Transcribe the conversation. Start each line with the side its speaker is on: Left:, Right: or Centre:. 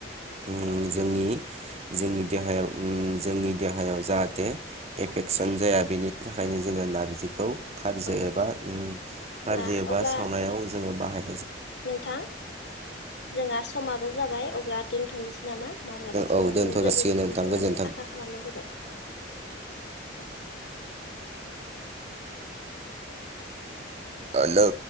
Right: उम जोंनि जोंनि देहायाव उम जोंनि देहायाव जाहाथे एफेकसन जाया बेनि थाखायनो जोङो नारजिखौ खारजो
Left: औ
Right: एबा उम
Left: अब्ला
Right: खारजो एबा
Left: अब्ला
Right: सावनायाव जोङो बाहाय।
Left: नोंथां। जोंहा समाबो जाबाय। अब्ला दोनथ'नोसै नामा? माब्लाबा समाव
Right: औ दोनथ'
Left: जों लोगो
Right: जासिगोन
Left: मोनफिनगोन
Right: नोंथां
Left: होननानै
Right: गोजोन्थों।
Left: आखा खालामनाय जाबाय। गोजोनथों।
Right: आलो